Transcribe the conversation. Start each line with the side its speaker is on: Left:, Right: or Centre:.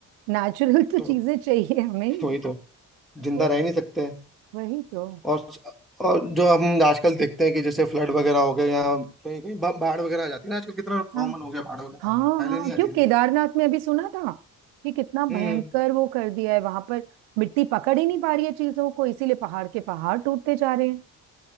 Right: नेचुरल तो
Centre: तो
Right: चीजें चाहिए हमें
Centre: तो वही तो जिंदा
Right: तो
Centre: रह नहीं सकते
Right: वही तो
Centre: और और जो हम आजकल देखते हैं कि जैसे फ्लड वगैरह हो गए या कहीं कहीं बा- बाढ़ वगैरह आ जाती है ना आजकल कितना कॉमन
Right: हाँ
Centre: हो गया बाढ़ वगैरह
Right: हाँ
Centre: आना। पहले
Right: हाँ
Centre: नहीं आती
Right: क्यों केदारनाथ
Centre: थी
Right: में अभी सुना था कि कितना
Centre: हम्म
Right: भयंकर वो कर दिया है वहां पर मिट्टी पकड़ ही नहीं पा रही है चीजों को इसीलिए पहाड़ के पहाड़ टूटते जा रहे हैं